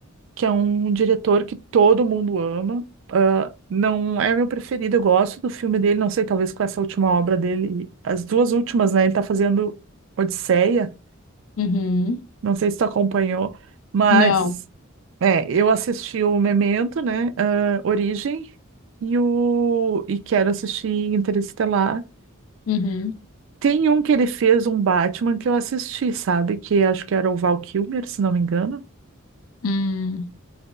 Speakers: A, on the right; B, on the left.
A: que é um diretor que todo mundo ama. Ah, não é meu preferido. Eu gosto do filme dele. Não sei, talvez com essa última obra dele, as duas últimas, né? Ele tá fazendo Odisseia.
B: Uhum.
A: Não sei se tu acompanhou, mas
B: Não.
A: é, eu assisti o Memento, né? ah, Origem e o e quero assistir Interestelar.
B: Uhum.
A: Tem um que ele fez um Batman que eu assisti, sabe? Que acho que era o Val Kilmer, se não me engano.
B: Hum.